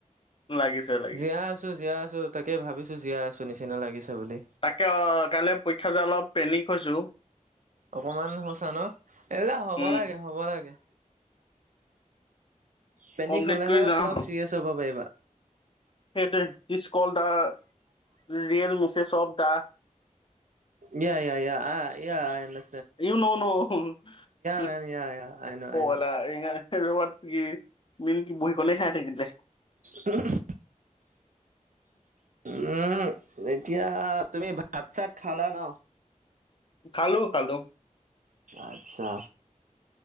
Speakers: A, on the left; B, on the right.
A: লাগিছে লাগিছে
B: জীয়াই আছো জীয়াই আছো তাকে ভাবিছো জীয়াই আছো নিচিনা লাগিছে বুলি
A: তাকে অ কাইলৈ পৰীক্ষা যে অলপ পেনিক হৈছো
B: অকমান হৈছা ন এলা হ'ব
A: উম
B: লাগে হ'ব লাগে পেনিক
A: কমপ্লিট
B: হলেহে
A: কৰি
B: অলপ
A: যাওঁ
B: চিৰিয়াছ হ'ব পাৰিবা
A: সেইটোৱে this call the real message of the
B: ইয়া ইয়ায়া অ ইয়া আইনডা
A: ইউ নও নও হু উ
B: মেন ইয়া ইয়া আই ন
A: প
B: আই
A: বালা
B: ন
A: ইঙা লগত কি মিল কি বহী কলেই খাই থাকিলে
B: হু হু উম এতিয়া তুমি ভাত চাত খালা ন
A: খালো খালো
B: আচ্ছা